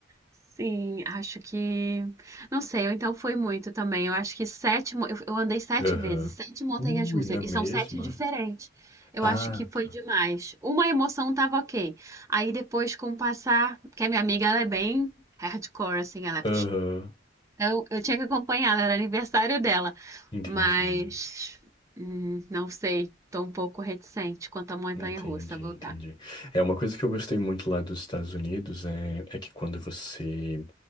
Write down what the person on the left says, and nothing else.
Aham.
Ui, na
mesma.
Ah,
tá.
Aham.
Entendi.
Entendi,
entendi. É uma coisa que eu gostei muito lá dos Estados Unidos é, é que quando você,